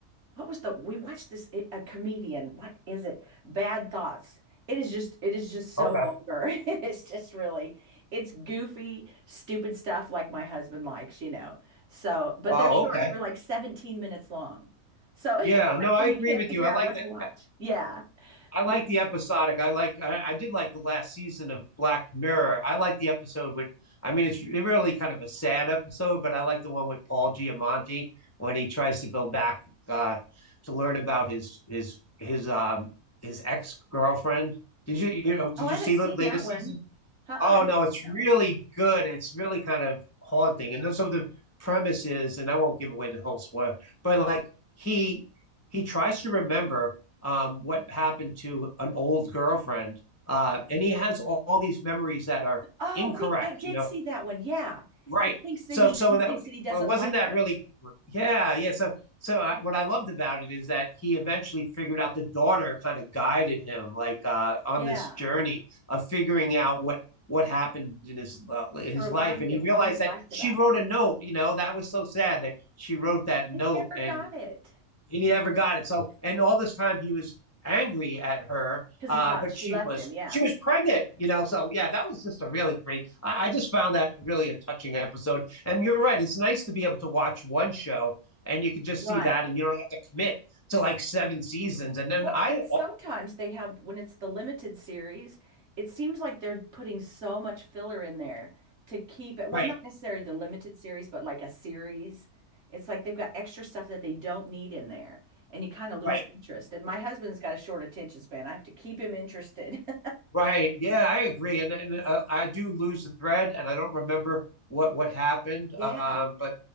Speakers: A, on the right; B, on the left.
A: what was the we watched this it, a comedian. What is it? Bad Thoughts. It is just it is just so
B: Okay.
A: vulgar. <laughs> It is just really it's goofy, stupid stuff like my husband likes, you know. So, but
B: Oh,
A: they're short.
B: okay.
A: They're like 17 minutes long. So <laughs> it's
B: Yeah.
A: like
B: No, I
A: when
B: agree
A: you can't
B: with
A: figure
B: you. I
A: out
B: like
A: what
B: that.
A: to watch. Yeah.
B: I like
A: W-
B: the episodic. I like I, I did like the last season of Black Mirror. I like the episode with I mean it's really kind of a sad episode, but I like the one with Paul Giamatti when he tries to go back uh to learn about his his his um his ex girlfriend. Did you you know did
A: Oh, I
B: you
A: haven't
B: see
A: seen
B: the latest
A: that one.
B: season?
A: Uh-uh,
B: Oh
A: I haven't
B: no, it's
A: seen that
B: really
A: one.
B: good. It's really kind of haunting. And then some of the premises, and I won't give away the whole spoiler, but like he he tries to remember um what happened to an old girlfriend. Uh and he has all, all these memories that are
A: Oh,
B: incorrect.
A: wait, I did
B: You know,
A: see that one. Yeah.
B: Right.
A: He thinks that
B: So
A: he
B: so
A: he
B: that
A: thinks that he doesn't
B: well, wasn't
A: like
B: that
A: her.
B: really yeah, yeah. So so I, what I loved about it is that he eventually figured out the daughter kind of guided him like uh on
A: Yeah.
B: this journey of figuring out what what happened in his uh, his
A: To remind
B: life and
A: him
B: he realized
A: what he liked
B: that she
A: about
B: wrote
A: her.
B: a note, you know, that was so sad that she wrote that note
A: And he never
B: and
A: got it
B: and he never got it. So, and all this time he was angry at her,
A: because
B: uh,
A: he thought
B: but
A: she
B: she
A: left
B: was
A: him. Yeah,
B: she was pregnant, you know. So yeah, that was just a really great. I, I just found that really a touching episode. And you're right; it's nice to be able to watch one show and you can just
A: right.
B: see that, and you don't have to commit to like seven seasons. And then
A: Well,
B: I,
A: and sometimes
B: oh,
A: they have, when it's the limited series, it seems like they're putting so much filler in there to keep it. Well,
B: right,
A: not necessarily the limited series, but like a series. It's like they've got extra stuff that they don't need in there, and you kind of lose
B: right.
A: interest. And my husband's got a short attention span. I have to keep him interested. <laughs>
B: Right. Yeah, I agree. And and uh, I do lose the thread, and I don't remember what what happened.
A: Yeah,
B: Um, but